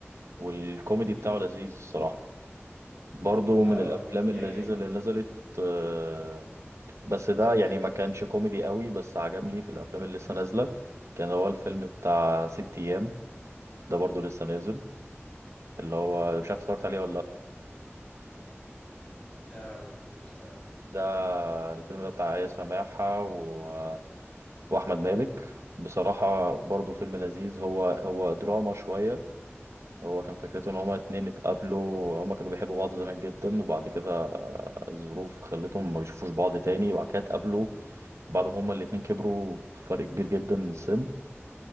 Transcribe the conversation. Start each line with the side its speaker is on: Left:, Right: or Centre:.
Right: والكوميدي
Centre: امم
Right: بتاعه لذيذ الصراحه برضه
Centre: اه
Right: من الافلام
Centre: اه يعني
Right: اللذيذه اللي نزلت آه، بس ده يعني ما كانش كوميدي قوي بس عجبني في الافلام اللي لسه نازله كان هو الفيلم بتاع ست ايام ده برضه لسه نازل اللي هو مش عارف اتفرجت عليه ولا لا
Centre: لا ما شفتوش صراحة
Right: ده الفيلم ده بتاع آية سماحة و... وأحمد مالك بصراحة برضو فيلم لذيذ هو هو دراما شوية هو كان فكرته إن هما اتنين اتقابلوا هما كانوا بيحبوا بعض زمان جدا وبعد كده آه، الظروف خلتهم ما يشوفوش بعض تاني وبعد كده اتقابلوا بعد ما هما الاتنين كبروا فرق كبير جدا سن